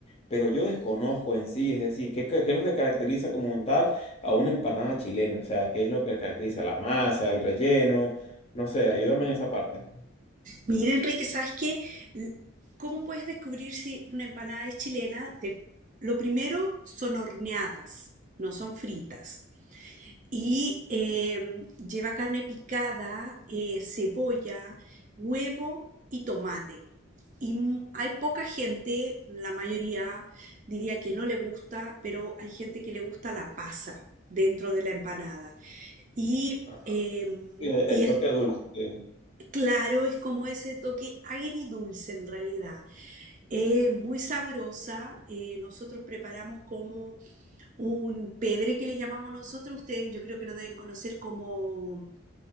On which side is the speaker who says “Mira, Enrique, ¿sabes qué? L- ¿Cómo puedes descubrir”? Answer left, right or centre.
Right